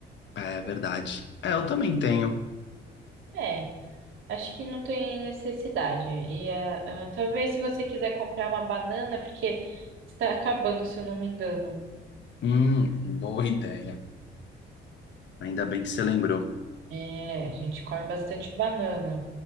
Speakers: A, on the left; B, on the right.
A: É verdade. É, eu também tenho.
B: É, acho que não tem necessidade. E ah, ah, talvez se você quiser comprar uma banana, porque está acabando, se eu não me engano.
A: Hum, boa ideia. Ainda bem que você lembrou.
B: É, a gente come bastante banana.